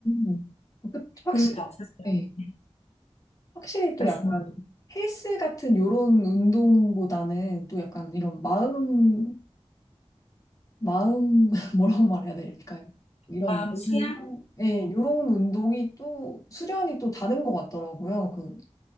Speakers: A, on the left; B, on the left.
A: 음. 어, 그, 확실히,
B: 그럴 때 없으세요?
A: 네.
B: 네.
A: 확실히 또
B: 말씀.
A: 약간 헬스 같은 요런 운동보다는 또 약간 이런 마음, 마음, <laughs> 뭐라고 말해야 될까요? 이런,
B: 마음
A: 몸,
B: 수양?
A: 네, 요런 운동이 또 수련이 또 다른 것 같더라고요. 그,